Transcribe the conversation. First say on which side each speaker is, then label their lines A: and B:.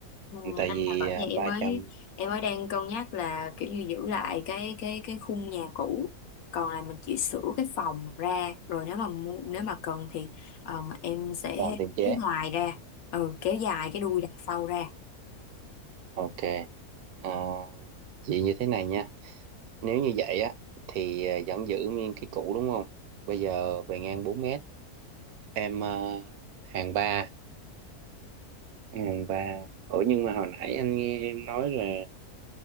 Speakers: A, on the left; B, on the right.
A: ừ,
B: tại
A: anh
B: vì
A: là bởi
B: à,
A: vậy em
B: ba
A: mới
B: trăm
A: em mới đang cân nhắc là kiểu như giữ lại cái cái cái khung nhà cũ còn là mình chỉ sửa cái phòng ra rồi nếu mà mu- nếu mà cần thì ờ, mà em sẽ
B: làm tiền chế
A: kéo ngoài ra ừ, kéo dài cái đuôi đằng sau ra
B: ok à, vậy như thế này nha nếu như vậy á thì à, vẫn giữ nguyên cái cũ đúng không bây giờ về ngang 4 mét em à, hàng ba hàng ba ủa nhưng mà hồi nãy anh nghe em nói là